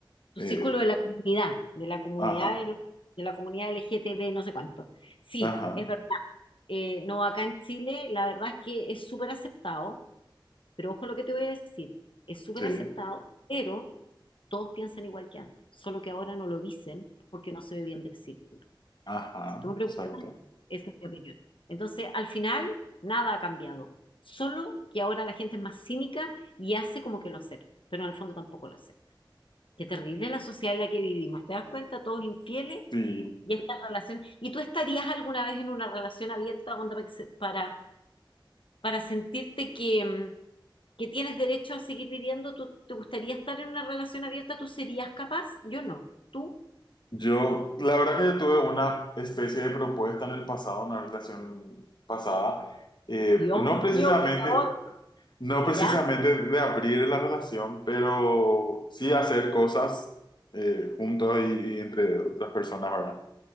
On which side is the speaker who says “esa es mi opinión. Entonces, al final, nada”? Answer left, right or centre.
Left